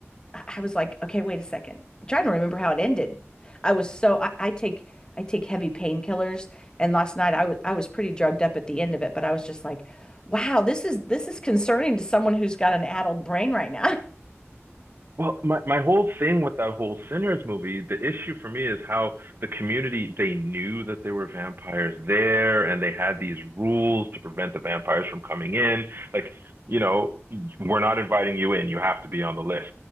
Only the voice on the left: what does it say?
I I was like, okay, wait a second. I'm trying to remember how it ended. I was so I, I take I take heavy painkillers and last night I was I was pretty drugged up at the end of it, but I was just like, wow, this is this is concerning to someone who's got an addled brain right now. <laughs>